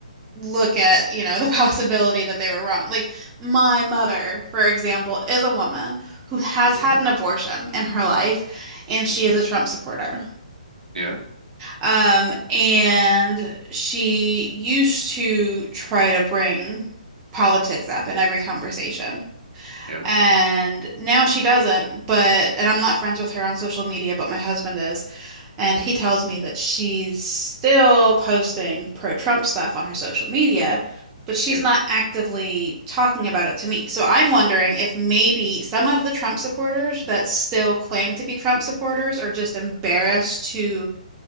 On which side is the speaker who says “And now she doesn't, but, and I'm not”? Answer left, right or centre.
Right